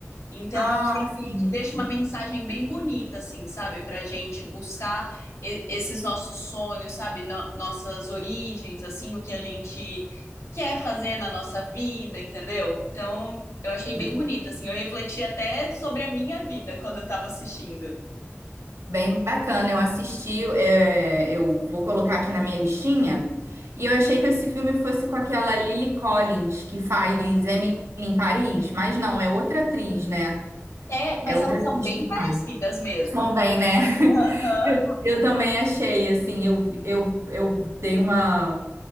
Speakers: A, on the left; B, on the right.
A: Então,
B: Ah,
A: eu achei que,
B: sim.
A: que deixa uma mensagem bem bonita, assim, sabe? Pra gente buscar e- esses nossos sonhos, sabe? No- nossas origens, assim, o que a gente quer fazer na nossa vida, entendeu? Então, eu achei bem
B: sim.
A: bonita, assim. Eu refleti até sobre a minha vida quando eu tava assistindo.
B: Bem bacana, eu assisti, é, eu vou colocar aqui na minha listinha. E eu achei que esse filme fosse com aquela Lily Collins, que faz Emily em Paris, mas não, é outra atriz, né?
A: É,
B: É
A: mas
B: outra
A: elas
B: atriz
A: são bem
B: que
A: parecidas
B: faz.
A: mesmo.
B: São bem, né? <laughs>
A: Aham.
B: Eu, eu também achei, assim, eu, eu, eu dei uma